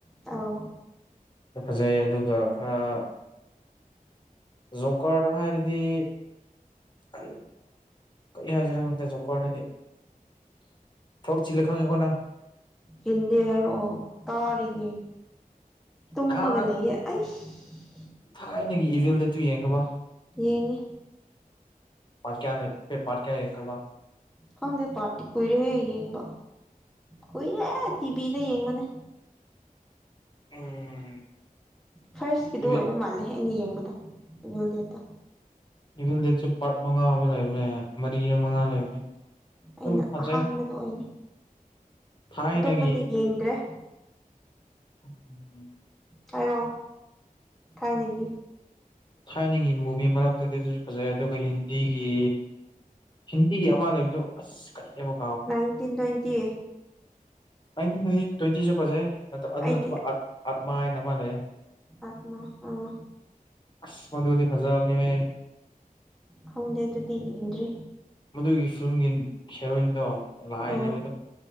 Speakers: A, in the centre; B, on the left.
A: ꯑꯧ꯫
B: ꯐꯖꯩ ꯑꯗꯨꯒ ꯈꯔ ꯖꯣꯀꯔꯗ ꯍꯥꯏꯔꯗꯤ <unintelligible> ꯀꯔꯤ ꯍꯥꯏꯁꯦꯔꯥ ꯈꯪꯗꯦ ꯖꯣꯀ꯭ꯔꯗꯗꯤ ꯊꯕꯛ ꯆꯤꯜꯂꯦ ꯈꯪꯉꯦꯀꯣ ꯅꯪ꯫
A: ꯆꯤꯟꯗꯦ ꯍꯥꯏꯔꯛ ꯑꯣ ꯇꯥꯔꯤꯅꯦ꯫ ꯇꯨꯝꯃꯒ
B: ꯅꯍꯥꯟ
A: ꯂꯩꯌꯦ ꯑꯩꯁ
B: ꯊꯥꯏꯅꯒꯤ ꯏꯚꯤꯜ ꯗꯦꯠ ꯇꯨ ꯌꯦꯡꯈꯕ꯫
A: ꯌꯦꯡꯉꯦ꯫
B: ꯄꯥꯔꯠ ꯀꯌꯥ ꯂꯩ ꯄꯦ ꯄꯥꯔꯠ ꯀꯌꯥ ꯌꯦꯡꯈꯔꯕ꯫
A: ꯈꯪꯗꯦ ꯄꯥꯔꯠꯇꯤ ꯀꯨꯏꯔꯦꯍꯦ ꯌꯦꯡꯕ ꯀꯨꯏꯔꯦ ꯇꯤꯚꯤꯗ ꯌꯦꯡꯕꯅꯦ꯫
B: ꯎꯝ꯫
A: ꯐ꯭ꯔꯁꯀꯤꯗꯣ
B: ꯏꯚꯤꯜ
A: ꯑꯣꯏꯕ ꯃꯥꯜꯂꯦ ꯑꯩꯅ ꯌꯦꯡꯕꯗꯣ ꯏꯚꯤꯜ ꯗꯦꯠꯇꯣ꯫
B: ꯏꯚꯤꯜ ꯗꯦꯠꯁꯨ ꯄꯥꯔꯠ ꯃꯉꯥ ꯑꯃ ꯂꯩꯕꯅꯦ ꯃꯔꯤꯔ ꯃꯉꯥ ꯂꯩꯕꯅꯦ꯫ ꯑꯗꯨꯝ
A: ꯑꯩꯅ
B: ꯐꯖꯩ
A: ꯑꯍꯥꯟꯕꯗꯣ ꯑꯣꯏꯅꯤ
B: ꯊꯥꯏꯅꯒꯤ
A: ꯑꯇꯣꯞꯄꯗꯤ ꯌꯦꯡꯗ꯭ꯔꯦ꯫ <inaudible>
B: <unintelligible>
A: ꯍꯥꯏꯔꯛꯑꯣ ꯊꯥꯏꯅꯒꯤ꯫
B: ꯊꯥꯏꯅꯒꯤ ꯃꯨꯚꯤ ꯃꯔꯛꯇꯗꯤ ꯑꯗꯨꯁꯨ ꯐꯖꯩ ꯑꯗꯨꯒ ꯍꯤꯟꯗꯤꯒꯤ ꯍꯤꯟꯗꯤꯒꯤ ꯑꯃ ꯂꯩꯕꯗꯨ ꯑꯁ ꯀꯔꯤ <unintelligible>
A: ꯅꯥꯏꯟꯇꯤꯟ ꯇ꯭ꯋꯦꯟꯇꯤ꯫
B: ꯅꯥꯏꯇꯤꯟ <unintelligible> ꯇ꯭ꯋꯦꯟꯇꯤꯁꯨ ꯐꯖꯩ ꯑꯗ ꯑꯗꯨ
A: ꯑꯩꯗꯤ
B: ꯅꯠꯇꯕ ꯑꯥꯠ ꯑꯥꯠꯃꯥ ꯍꯥꯏꯅ ꯂꯩꯑꯦ꯫
A: ꯑꯥꯠꯃꯥ ꯑꯥ꯫
B: ꯑꯁ ꯃꯗꯨꯗꯤ ꯐꯖꯕꯅꯤ ꯍꯦ꯫
A: ꯈꯪꯗꯦ ꯑꯗꯨꯗꯤ ꯌꯦꯡꯗ꯭ꯔꯤ꯫
B: ꯃꯗꯨꯒꯤ ꯐꯤꯂꯝꯒꯤ ꯍꯦꯔꯣꯏꯟꯗꯣ ꯂꯥꯏꯅꯦꯕ
A: ꯑꯥ
B: ꯑꯗꯨꯝ